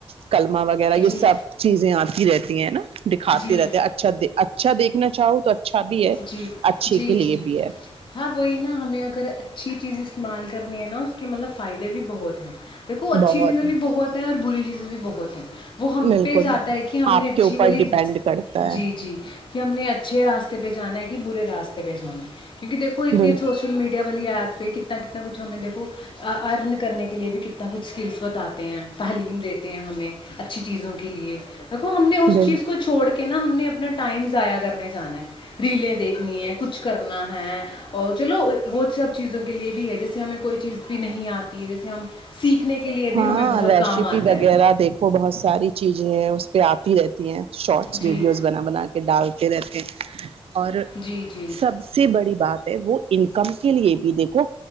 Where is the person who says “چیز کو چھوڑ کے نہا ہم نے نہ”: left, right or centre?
Left